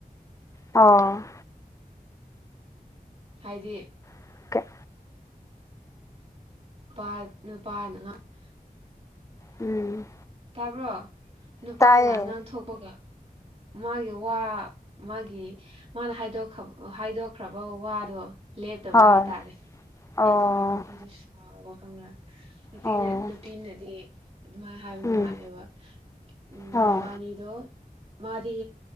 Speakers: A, on the left; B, on the right.
A: ꯑꯣ
B: ꯍꯥꯏꯗꯤ
A: ꯑꯣ ꯀꯦ <inaudible>
B: ꯅꯨꯄꯥ ꯅꯨꯄꯥ ꯅꯥ <unintelligible>
A: ꯎꯝ꯫
B: ꯇꯥꯕ꯭ꯔꯣ ꯅꯨꯄꯥꯅ
A: ꯇꯥꯏꯌꯦ
B: ꯑꯉꯥꯡ ꯊꯣꯛꯄꯒ ꯃꯥꯒꯤ ꯋꯥ ꯃꯥꯒꯤ ꯃꯥꯅ ꯍꯥꯏꯗꯣꯛꯈ꯭ꯔ ꯍꯥꯏꯗꯣꯛꯈ꯭ꯔꯕ ꯋꯥꯗꯣ ꯂꯦꯞꯇꯕ
A: ꯍꯣꯏ
B: ꯍꯥꯏꯇꯥꯔꯦ
A: ꯑꯣ
B: ꯑꯗꯨꯒꯤ ꯅꯨꯄꯤꯗꯨ ꯁꯨꯥꯎꯕ ꯈꯪꯕ꯭ꯔ꯫ ꯅꯨꯄꯤꯅ
A: ꯑꯣ
B: ꯅꯨꯄꯤꯅꯗꯤ ꯑꯗꯨꯃꯥꯏꯅ ꯍꯥꯏꯕꯅꯤ
A: ꯎꯝ
B: ꯎꯝ
A: ꯑꯣ
B: ꯃꯕꯥꯅꯤꯗꯣ ꯃꯥꯗꯤ